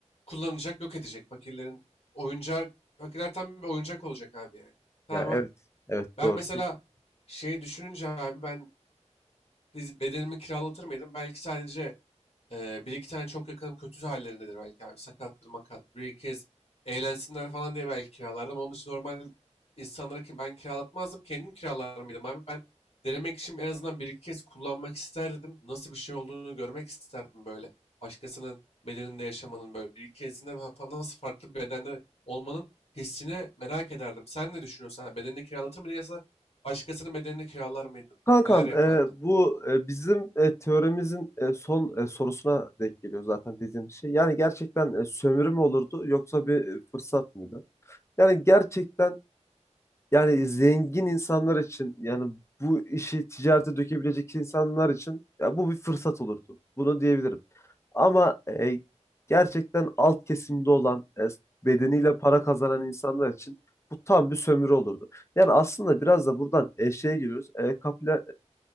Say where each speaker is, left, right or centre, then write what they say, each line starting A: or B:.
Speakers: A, on the left (about 55°); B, on the left (about 20°).
A: kullanacak, yok edecek fakirlerin oyuncak, fakirler tam bir oyuncak olacak abi yani. Tamamen
B: Ya evet, evet
A: ben
B: doğru
A: mesela
B: kesin.
A: şey düşününce abi ben biz bedenimi kiralatır mıydım? Belki sadece e, bir iki tane çok yakınım kötü hallerindedir belki abi. Sakattır makat. Bir iki kez eğlensinler falan diye belki kiralardım. Onun için normal insanlara ki ben kiralatmazdım. Kendim kiralar mıydım abi? Ben denemek için en azından bir iki kez kullanmak isterdim. Nasıl bir şey olduğunu görmek isterdim böyle. Başkasının bedeninde yaşamanın böyle bir iki kezinde fa- fa- nasıl farklı bir bedende olmanın hissini merak ederdim. Sen ne düşünüyorsun? Ha, Bedenini kiralatır mıydın yoksa başkasının bedenini kiralar mıydın?
B: Kankam
A: Neler yapardın?
B: e, bu e, bizim e, teoremizin e, son e, sorusuna denk geliyor zaten dediğim şey. Yani gerçekten e, sömürü mü olurdu yoksa bir e, fırsat mıydı? Yani gerçekten yani zengin insanlar için yani bu işi ticarete dökebilecek insanlar için ya bu bir fırsat olurdu. Bunu diyebilirim. Ama e, gerçekten alt kesimde olan e, bedeniyle para kazanan insanlar için bu tam bir sömürü olurdu. Yani aslında biraz da buradan e, şeye giriyoruz. E, kapila-